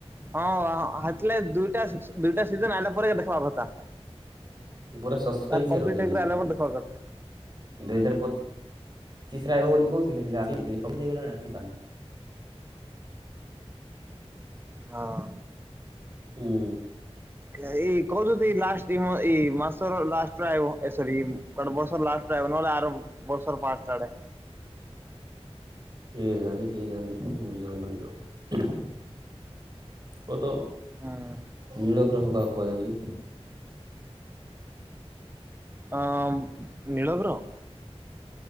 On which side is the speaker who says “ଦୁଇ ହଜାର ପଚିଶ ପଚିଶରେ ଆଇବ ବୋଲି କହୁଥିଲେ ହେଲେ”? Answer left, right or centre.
Right